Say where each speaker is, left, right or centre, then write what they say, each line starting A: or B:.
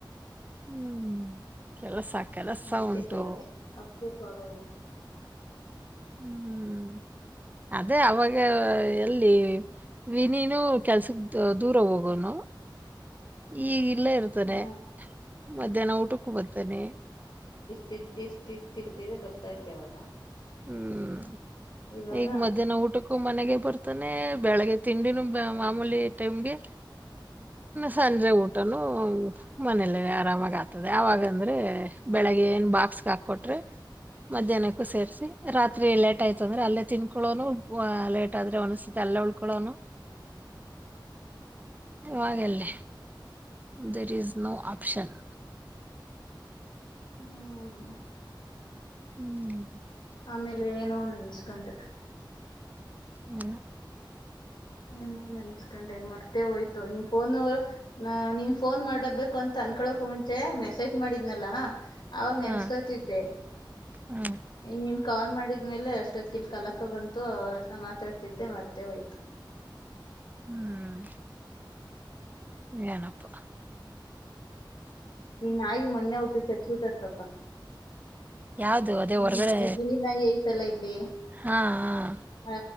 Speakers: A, on the right (about 20°); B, on the left (about 70°).
A: ಹ್ಮ್ ಕೆಲಸಾ ಕೆಲಸ
B: ಅದಕ್ಕೆ
A: ಉಂಟು.
B: ಕೇಳ್ದೆ <unintelligible>
A: ಹ್ಮ್ ಅದೇ ಅವಾಗ ಎಲ್ಲಿ ವಿನೀನು ಕೆಲ್ಸಕ್ ದೂರ ಹೋಗೋನು ಈಗ್ ಇಲ್ಲೇ ಇರ್ತಾನೆ
B: ಹ
A: ಮಧ್ಯಾಹ್ನ ಊಟಕ್ಕೂ ಬರ್ತಾನೆ.
B: ತಿರ್ತ ತಿರ್ದ ಬರ್ತಾ ಇದ್ದೇ ಅವಾಗ.
A: ಹ್ಮ್
B: ಇವಾಗ
A: ಈಗ್ ಮಧ್ಯಾಹ್ನ ಊಟಕ್ಕೂ ಮನೆಗೆ ಬರ್ತಾನೆ ಬೆಳಿಗ್ಗೆ ತಿಂಡಿನೂ ಮಾಮೂಲಿ ಟೈಮ್ಗೆ. ಸಂಜೆ ಊಟನೂ ಮನೇೆಲ್ಲೇ ಆರಾಮಾಗ ಆಗ್ತದೆ ಯಾವಾಗ ಅಂದ್ರೆ ಬೆಳಿಗ್ಗೆ ಏನ್ ಬಾಕ್ಸ್ಗ ಹಾಕಕ್ಕೊಟ್ರೆ. ಮಧ್ಯಾಹ್ನಕ್ಕೂ ಸೇರ್ಸಿ ರಾತ್ರಿ ಲೇಟ್ ಆಯ್ತ ಅಂದ್ರೆ ಅಲ್ಲೇ ತಿನ್ಕೊಳ್ಳೋನು ಲೇಟ್ ಆದ್ರೆ ಒನ್ನೊನ್ಸತ ಅ ಅಲ್ಲೇ ಉಳ್ಕೊಳ್ಳೋನು. ಇವಾಗಲ್ಲಿ ದೆರ್ ಈಸ್ ನೋ ಆಪ್ಷನ್.
B: ಹ್ಮ
A: ಹ್ಮ್ ಹ
B: ಆಮೇಲೆ ಏನೋ ನೆನ್ಸ್ಕೊಂಡೆ.
A: ಹ್ಮ್
B: ಏನೋ ನೆನ್ಸ್ಕೊಂಡೆ ಮರ್ತೇ ಹೋಯ್ತು ನೀವ್ ಫೋನು ನೀನ್ ಫೋನ್ ಮಾಡಬೇಕು ಅಂತ ತನ್ಕೊಳಕೃ ಮುಂಚೆ ಮೆಸೇಜ್ ಮಾಡಿದ್ನಲ್ಲ. ಅವಾಗ
A: ಹಾ
B: ನೆನಸ್ಕೊತಿದ್ದೆ
A: ಹ್ಮ
B: ಹಿ ಕಾಲ್ ಮಾಡಿದ್ಮೇಲೆ ಅಷ್ಟೊಗಿಲ್ ಕಲಕ್ಕ ಬಂತು ಅವ್ರ ಹತ್ರ ಮಾತಾಡ್ತಿದ್ದೆ ಮರ್ತೆ ಹೋಯ್ತು.
A: ಹ್ಮ್ ಏನೋಪ್ಪ.
B: ನೀನ್ ನಾಯಿ ಮೊನ್ನೆ ಒಬ್ಬಿರಿಗ್ ಕಚ್ಬಿಟ್ಟೖತ್ ಪಾಪ.
A: ಯಾವ್ದು ಅದೇ
B: ಹ
A: ಹೊರ್ಗಡೆ
B: ಇ ಬಿಳಿನಾಯಿ ಐತಲ್ಲ ಇಲ್ಲಿ
A: ಹಾ ಹಾ
B: ಆ